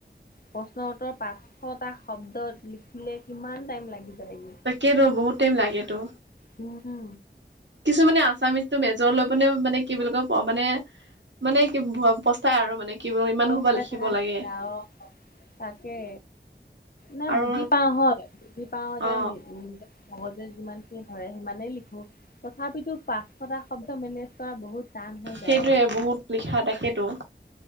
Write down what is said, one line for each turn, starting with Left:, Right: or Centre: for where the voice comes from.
Left: প্ৰশ্ন-উত্তৰ, পাঁচশটা শব্দ লিখিলে, কিমান টাইম লাগি যায়।
Right: তাকেটো! বহুত টাইম লাগেটো।
Left: উঁ! হুঁ!
Right: কিছুমানে আছামিজটো মেজৰ লৈ পেলে মানে, কি বুলি কয়, মানে! মানে কি ক'ব, পষ্টাই আৰু মানে! কি ইমান
Left: পস্তাই
Right: সোপা লিখিব
Left: থাকা,
Right: লাগে
Left: জাৱ, তাকে। নাই,
Right: আৰু
Left: বুজি পাওঁ হয়, বুজি পাওঁ যে
Right: অ
Left: নি মগজে যিমান খিনি ধৰে, সিমানেই লিখোঁ। তথাপিতো পাঁচশটা শব্দ মেনেজ কৰা বহুত টান হৈ যায়
Right: সেইটোযৱে,
Left: আৰু।
Right: বহুত লিখা, তাকেতো!